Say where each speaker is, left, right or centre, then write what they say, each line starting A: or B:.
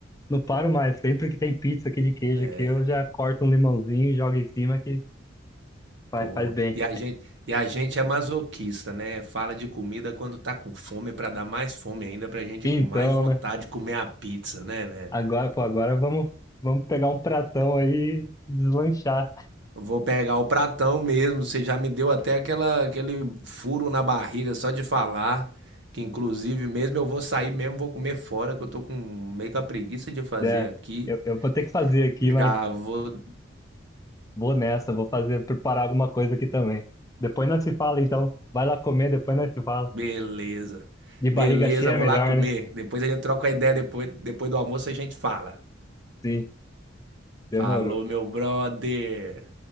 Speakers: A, on the left; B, on the right.
A: não paro mais. Sempre que tem pizza aqui de queijo
B: É,
A: aqui, eu já corto um limãozinho e jogo em cima que faz,
B: pô.
A: faz bem.
B: E a gente, e a gente é masoquista, né? Fala de comida quando tá com fome pra dar mais fome ainda, pra gente
A: Então,
B: ir com mais vontade
A: né?
B: de comer a pizza, né, velho?
A: Agora, pô, agora vamos, vamos pegar um pratão aí e deslanchar.
B: Vou pegar o pratão mesmo. Você já me deu até aquela, aquele furo na barriga só de falar. Que inclusive mesmo eu vou sair mesmo, vou comer fora, que eu tô com meio com a preguiça de fazer
A: É,
B: aqui.
A: eu, eu vou ter que fazer aqui,
B: Já
A: mas
B: vou.
A: vou nessa, vou fazer, preparar alguma coisa aqui também. Depois nós se fala, então. Vai lá comer, depois nós se fala.
B: Beleza.
A: De
B: Beleza,
A: barriga cheia
B: vou
A: é melhor,
B: lá comer.
A: né?
B: Depois a gente troca a ideia, depois, depois do almoço a gente fala.
A: Sim,
B: Falou,
A: demorou.
B: meu brother.